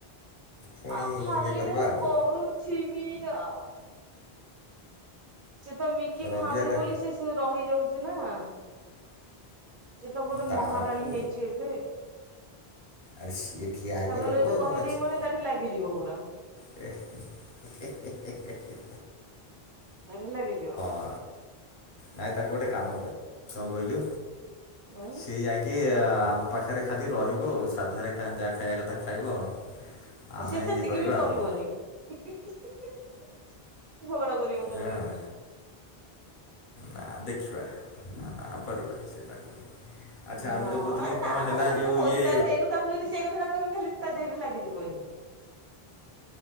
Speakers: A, on the left; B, on the right.
A: ପୁଣି
B: ହ ଖାଲି
A: ଇଏ କରିବା
B: ମୁଁ
A: ଆଉ
B: କରୁଛି ବି ଆଉ। ସେ ତ ମିକି
A: ରବିବାରଟା
B: ଖାଉନି ବୋଲି ସେ ରହିଯାଉଛି ନା। ସେ ତ ଗୋଟେ
A: ତାକୁ
B: ମହାରାଣୀ ହେଇଚି ଏବେ।
A: ଆରେ ସିଏ ଠିଆ ହୋଇକି
B: ଏଇନେ
A: ରହିବ
B: ଯଦି
A: ଆଉ
B: କହିଦେବି
A: କଣ ଅଛି।
B: ମାନେ ତାକୁ ଲାଗିଯିବ ପୁରା।
A: ହେ ହେହେହେହେ।
B: ତାାର ଲାଗିଯିବ।
A: ଆ। ନାଇଁ ତାକୁ ଗୋଟେ କାମ ର କଣ କହିଲୁ
B: ଉଁ
A: ସିଏ ଯାଇକି ଆମ ପାଖରେ ଖାଲି ରହିବ ଆଉ ସାଧାରେ ଯାହା ଖାଇବା କଥା ଖାଇବ। ଆମେ
B: ସିଏ ସେତିକି
A: ଇଏ କରିବା
B: ବି କରିବନିହିଁହଁହଁ
A: ଆଉ କଣ
B: ଝଗଡା କରିବ ମୋ
A: ହଁ
B: ସାଙ୍ଗରେ।
A: ନା ଦେଖିବା ନା ନା ଆଉ କରିବନି ସେ ଲାଗୁନି। ଆଚ୍ଛା
B: ହଁ
A: ଆଉ ଗୋଟେ କହୁଥିଲି କଣ
B: ନା
A: ହେଲା
B: ମୁଁ ଏ
A: ଯୋଉ
B: କହୁଚି
A: ଇଏ
B: ତା ଏଇନୁ ତାକୁ ଯଦି ସେଇ କଥାଟା କହିବି ଖାଲି ତା ଦେହରେ ଲାଗିଯିବନି ଏନେ।